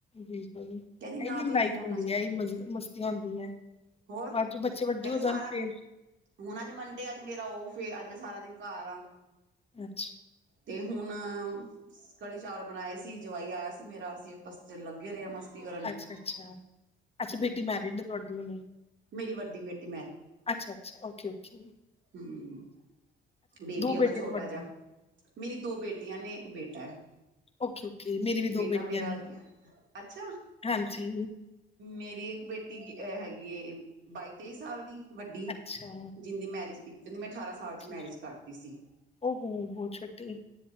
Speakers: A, on the left (about 30°); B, on the right (about 70°).
A: ਬਿਲਕੁੱਲ
B: ਕਹਿੰਦੀ ਨਾ
A: ਇਹ ਹੈ
B: ਤੁਸੀਂ
A: ਲੜਾਈ।
B: ਫੋਨ
A: ਹੁੰਦੀ
B: ਨਾ ਚਲਾਓ
A: ਹੈ, ਇਹੀ ਮਸਤੀਆਂ ਹੁੰਦੀ ਹੈ
B: ਹੋਰ
A: ਬਾਅਦ ਚ ਬੱਚੇ ਵੱਡੇ
B: ਕਹਿੰਦੀ
A: ਹੋ
B: ਸਾਰਾ
A: ਜਾਣ ਫੇਰ?
B: ਹੁਣ ਅੱਜ ਮੰਡੇ ਹੈ ਅੱਜ ਮੇਰਾ ਉਫੇ ਹੈ ਅੱਜ ਮੈਂ ਸਾਰਾ ਦਿਨ ਘਰ ਆ।
A: ਅੱਛਾ
B: ਤੇ ਹੁਣ, ਕੜੀ ਚਾਵਲ ਬਣਾਏ ਸੀ ਜਵਾਈ ਆਇਆ ਸੀ ਮੇਰਾ ਅਸੀਂ ਆਪਸ ਚ ਲੱਗੇ ਰਹੇ ਆ ਮਸਤ। <unintelligible>
A: ਅੱਛਾ, ਅੱਛਾ, ਅੱਛਾ ਬੇਟੀ ਮੈਰਿਡ ਤੁਹਾਡੀ ਹੋਣ।
B: ਮੇਰੀ ਵੱਡੀ ਬੇਟੀ
A: ਅੱਛਾ-ਅੱਛਾ ਓਕੇ-ਓਕੇ।
B: ਹਮ, ਬੇਬੀ ਹੈ
A: ਬੇਟੇ
B: ਨਾ ਛੋਟਾ
A: ਤੁਹਾਡੇ
B: ਜਿਹਾ। ਮੇਰੀ ਦੋ ਬੇਟੀਆਂ ਨੇ ਇੱਕ ਬੇਟਾ ਹੈ।
A: ਓਕੇ-ਓਕੇ ਮੇਰੀ ਵੀ ਦੋ
B: ਬੇਟਾ
A: ਬੇਟੀਆਂ
B: ਮੇਰਾ
A: ਨੇ,
B: ਅੱਛਾ
A: ਹਾਂਜੀ।
B: ਮੇਰੀ ਇੱਕ ਬੇਟੀ ਹੈਗੀ ਹੈ। ਬਾਈ ਤੇਈ ਸਾਲ ਦੀ ਵੱਡੀ,
A: ਅੱਛਾ
B: ਜਿਦੀ ਮੈਰਿਜ ਜਿਦੀ ਮੈਂ ਅਠਾਰਾਂ ਸਾਲ
A: ਓਕੇ
B: ਚ ਮੈਰਿਜ ਕਰਤੀ ਸੀ।
A: ਉਹ ਹੋ ਬਹੁਤ ਛੋਟੇ